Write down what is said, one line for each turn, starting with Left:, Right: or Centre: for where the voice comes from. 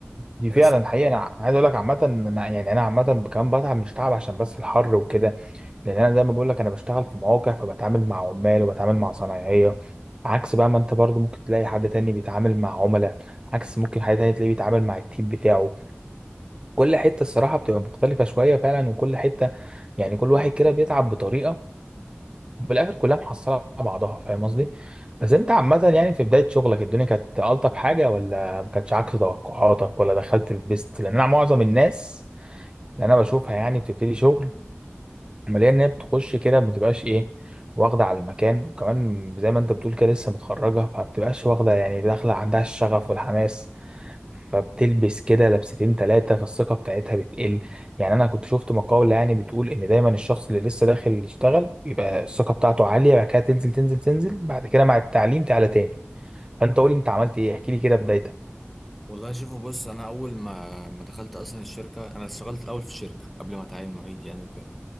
Right: دي
Centre: بس
Right: فعلا حقيقة انا ع- عايز اقول لك عامة إن أنا- يعني انا عامة كمان بتعب مش تعب عشان بس الحر وكده لان انا زي ما بقول لك انا بشتغل في مواقع فبتعامل مع عمال وبتعامل مع صنايعية عكس بقى ما انت برضو ممكن تلاقي حد تاني بيتعامل مع عملاء عكس ممكن حد تاني تلاقيه بيتعامل مع التيم بتاعه كل حتة الصراحة بتبقى مختلفة شوية فعلا وكل حتة يعني كل واحد كده بيتعب بطريقة وفي الاخر كلها محصله على بعضها فاهم قصدي بس انت عامه يعني في بدايه شغلك الدنيا كانت الطف حاجه ولا ما كانتش عكس توقعاتك ولا دخلت البيست لان انا معظم الناس اللي انا بشوفها يعني بتبتدي شغل ملاقي ان هي بتخش كده ما بتبقاش ايه واخده على المكان وكمان زي ما انت بتقول كده لسه متخرجه فما بتبقاش واخده يعني داخله عندها الشغف والحماس فبتلبس كده لبستين تلاتة فالثقة بتاعتها بتقل يعني أنا كنت شفت مقالة يعني بتقول إن دايما الشخص اللي لسه داخل يشتغل بيبقى الثقة بتاعته عالية بعد كده تنزل تنزل تنزل بعد كده مع التعليم تعلى تاني فأنت قول لي أنت عملت إيه احكي لي كده بدايتك
Centre: والله شوفوا بص انا اول ما ما دخلت اصلا الشركه انا اشتغلت الاول في الشركه قبل ما اتعين معيد يعني وكده